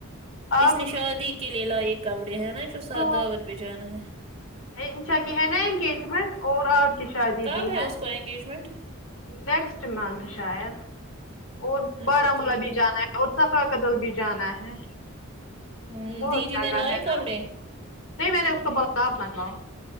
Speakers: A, on the left; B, on the right.
A: اب
B: اس نے شادی کے لیے لائیے کپڑے ہیں نا جو س
A: تو
B: دعوت پہ جانا ہے
A: انشا کہ ہے نا انگیجمنٹ اور آپ کی شادی
B: کب
A: بھی ہے
B: اس کو انگیجمنٹ
A: نیکسٹ منتھ شاید اور
B: اچھا
A: بارا
B: ٹھیک
A: مولہ بھی جانا ہے اور صفا کا دل بھی جانا ہے
B: ہوں
A: بہت
B: دیدی
A: جگہ
B: نے لائے
A: ہے
B: کپڑے
A: نا نہیں میں نے اس کو بولا آپ مت لاؤ